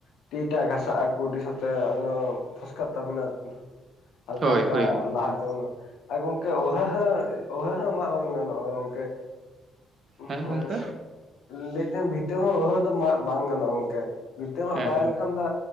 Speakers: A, on the left; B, on the right.
A: ᱟᱹᱰᱤ ᱮᱴᱟᱜ ᱜᱷᱟᱥᱟᱜᱼᱟ ᱠᱩᱰᱤ ᱥᱟᱵᱛᱮ, ᱟᱫᱚ ᱯᱷᱚᱥᱠᱟᱜ ᱛᱟᱵᱤᱱᱟ ᱦᱟᱞᱠᱟ
B: ᱦᱳᱭ
A: ᱦᱟᱞᱠᱟ
B: ᱦᱳᱭ ᱜᱚᱝᱠᱮ
A: ᱞᱟᱦᱟᱭ ᱛᱟᱵᱚᱱᱢᱟ ᱾ ᱟᱨ ᱜᱚᱝᱠᱮ ᱚᱦᱟᱹ ᱦᱟᱹ ᱚᱦᱟᱹ ᱦᱟᱹ ᱢᱟ ᱵᱟᱝ ᱜᱟᱱᱚᱜᱼᱟ ᱜᱚᱝᱠᱮ᱾
B: ᱦᱮᱸ
A: ᱦᱮᱸ
B: ᱜᱚᱝᱠᱮ
A: ᱞᱟᱹᱭ ᱫᱟᱹᱧ ᱵᱷᱤᱛᱟᱹ ᱦᱚᱸ ᱟᱹᱣᱦᱟᱹ ᱫᱚ ᱢᱟᱜ ᱵᱟᱝ ᱜᱟᱱᱚᱜᱼᱟ ᱜᱚᱝᱠᱮ ᱵᱷᱤᱛᱟᱹ ᱢᱟᱜ
B: ᱦᱮᱸ
A: ᱵᱟᱲᱟᱭ
B: ᱦᱮᱸ
A: ᱞᱮᱠᱷᱟᱱ ᱫᱚ